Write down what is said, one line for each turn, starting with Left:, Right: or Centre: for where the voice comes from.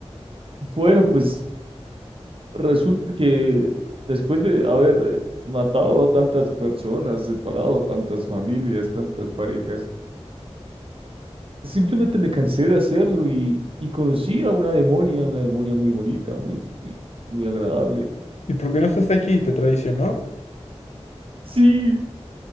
Right: bueno, pues resulta que después de haber eh, matado a tantas personas, separado tantas familias, tantas parejas, simplemente me cansé de hacerlo y, y conocí a una demonia, una demonia muy bonita, muy, muy, muy agradable.
Left: ¿Y por qué no estás aquí? ¿Te traicionó?
Right: Sí,